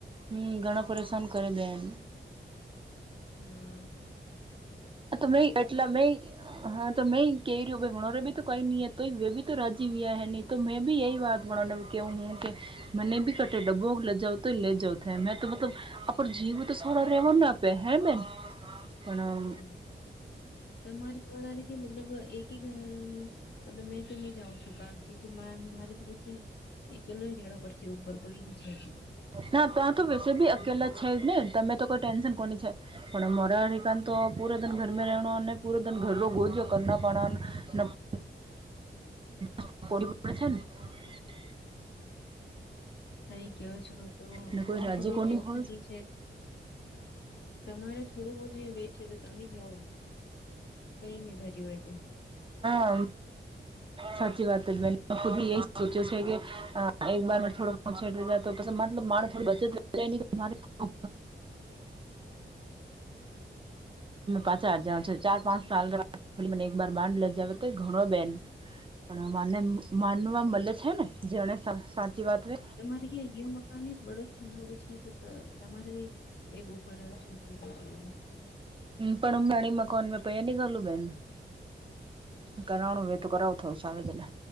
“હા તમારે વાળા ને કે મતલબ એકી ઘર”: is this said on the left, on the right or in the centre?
Left